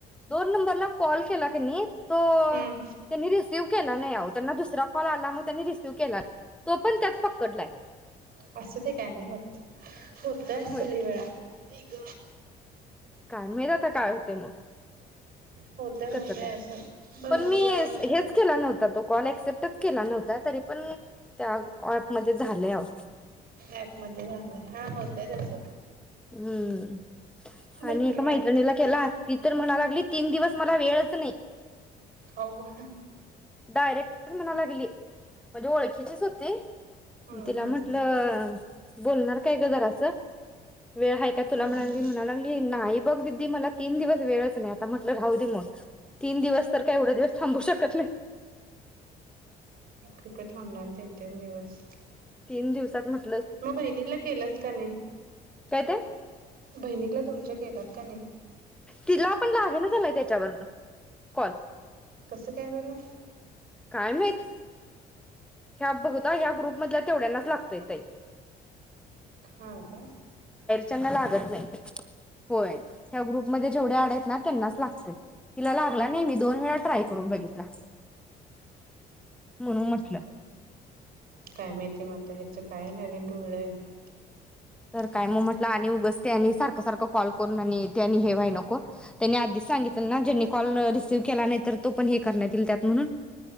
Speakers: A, in the centre; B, on the right.
A: दोन नंबरला -- कॉल केला कनी -- तो
B: हम्म
A: तेन्ही रि -- रिसिव्ह केला नाही आहो. त्यांना दूसरा कॉल आला म त्यांनी रिसिव्ह केला. मी पण त्याच पकडलाय.
B: असूदेकाय नाही होत. होतय अस
A: होय
B: लय वेळा आई ग.
A: काय मे आता काय होते मग.
B: होतय
A: कस
B: होतय
A: काय.
B: असं भरपूर
A: पण मी
B: वेळा होतय.
A: हेच केला नव्हता तो. कॉल ऍक्सेप्टच केला नव्हता तरी पण त्या ऍपमध्ये झालय आहो.
B: ऍप मध्ये झालंय. हा होतय तस.
A: हम्म
B: भरपूर
A: आणि एका
B: वेळा
A: मैत्रिणीला
B: होतय तसं.
A: केला ती तर म्हणाय लागली -- तीन दिवस मला वेळच नाही.
B: आवा
A: डायरेक्टच म्हणाय लागली. म्हणजे ओळखीचीच होती.
B: हम्म हम्म
A: तिला म्हटलं -- बोलणार काय ग जरास. वेळ आहे काय तुला
B: हम्म
A: म्हणाली म्हणाला -- नाही बघ दिदी मला तीन दिवस वेळच नाही आता म्हटलं राहू दे मग तीन दिवस तर काय एवढे दिवस थांबू शकत नाही.
B: कुठ थांबणार तीन तीन दिवस
A: तीन दिवसात म --
B: मग बहिणीला केलंस का नाही?
A: काय ते?
B: बहिणीला तुमच्या केेतात का नाही?
A: तिला पण लागे ना झालाय त्याच्यावरन कॉल.
B: कसं काय बण
A: काय माहित! ह्या बघता ह्या ग्रुप मधल्या तेवढ्यांनाच लागतो येतय.
B: हा काय?
A: त्यांना लागत नाही होय त्या ग्रुप मध्ये जेवढ्या अँड आहेत त्यांनाच लागतोय तिला लागला नाही मी दोन वेळा ट्राय करून बघीतला. म्हणून म्हटलं
B: काय माहिती म आता हेच काय नवीन <unintelligible>
A: तर काय मग म्हटलं आणि उगच त्यांनी सारखं सारखं कॉल करून आणि ते आणि हे व्हाय नको त्यांनी आधीच सांगितलं ना ज्यांनी कॉल रिसीव केला नाही तर तो पण हे करण्यात येईल त्यात म्हणून